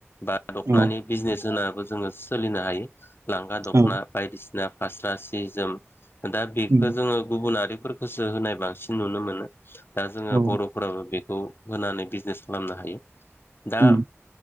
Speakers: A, on the left (about 50°); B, on the right (about 70°).
A: बा दख'नानि
B: औ
A: बिजनेस होनाबो जोङो सोलिनो हायो लांगा दख'ना
B: औ
A: बायदिसिना फास्रा सि-जोम दा
B: उम
A: बे जोङो गुबुनारिफोरखौसो होनाय बांसिन नुनो मोनो दा जोङो
B: औ
A: बर'फोराबो बे खौ होनानै बिजनेस खालामनो हायो दा
B: उम